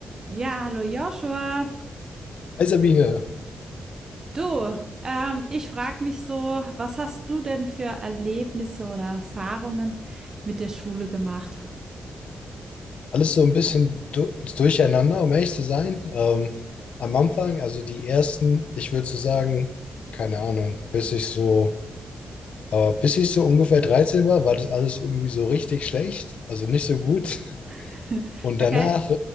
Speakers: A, on the right (about 25°); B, on the left (about 60°).
A: Ja, hallo Joshua.
B: Hi Sabine,
A: Du, ähm, ich frage mich so, was hast du denn für Erlebnisse oder Erfahrungen mit der Schule gemacht?
B: alles so ein bisschen du durcheinander, um ehrlich zu sein. Ähm, am Anfang, also die ersten, ich würde so sagen, keine Ahnung, bis ich so, äh, bis ich so ungefähr 13 war, war das alles irgendwie so richtig schlecht, also nicht so gut.
A: <laughs>
B: Und
A: Okay?
B: danach,